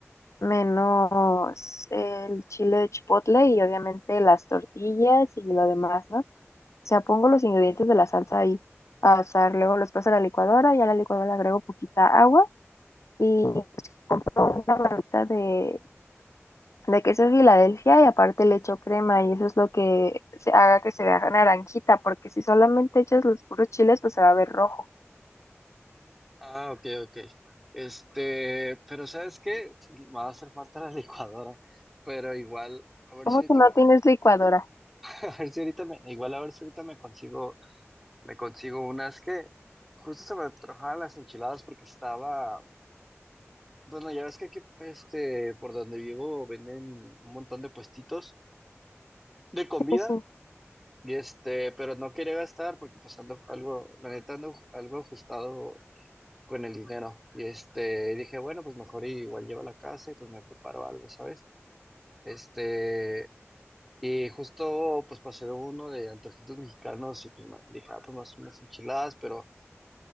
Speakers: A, on the left (about 85°); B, in the centre.
A: menos el chile chipotle y obviamente las tortillas y lo demás, ¿no? O sea, pongo los ingredientes de la salsa ahí a asar, luego los paso a la licuadora y a la licuadora le agrego poquita agua y una barrita de, de queso Filadelfia y aparte le echo crema y eso es lo que se haga que se vea naranjita, porque si solamente echas los puros chiles, pues se va a ver rojo.
B: Ah, ok, ok. Este, pero ¿sabes qué? Me va a hacer falta la <laughs> licuadora, pero igual, a ver
A: ¿Cómo
B: si ahorita
A: que no
B: me,
A: tienes licuadora?
B: <laughs> a ver si ahorita me, igual a ver si ahorita me consigo, me consigo unas que justo se me antojaban las enchiladas porque estaba Bueno, ya ves que aquí, este, por donde vivo venden un montón de puestitos de comida,
A: Sí, sí.
B: y este, pero no quería gastar porque pues ando algo, la neta ando algo ajustado con el dinero. Y este, dije, bueno, pues mejor igual llevo a la casa y pues me preparo algo, ¿sabes? Este, y justo pues pasé de uno de antojitos mexicanos y pues me- dije, ah, pues más unas enchiladas, pero